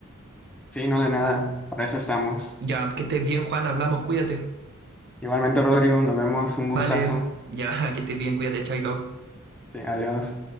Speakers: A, in the centre; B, on the right (about 50°).
A: Sí, no de nada, para eso estamos.
B: Ya, que estés bien, Juan. Hablamos. Cuídate.
A: Igualmente, Rodrigo, nos vemos, un
B: Vale.
A: gustazo.
B: Ya, <laughs> que estés bien. Cuídate. Chaito.
A: Sí, adiós.